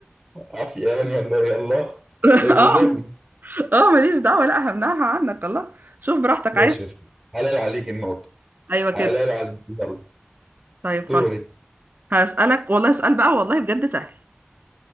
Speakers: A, in the centre; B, on the right.
A: عافية يعني ولا يلا
B: <laughs>
A: ده يبقى
B: اه
A: ظلم
B: اه ماليش دعوه لا همنعها عنك الله شوف براحتك
A: ماشي
B: عايز
A: يا سيدي. حلال عليك النقطة
B: ايوه كده
A: حلال عليك يلا
B: طيب
A: دورك
B: خلاص هسألك والله سؤال بقى والله بجد سهل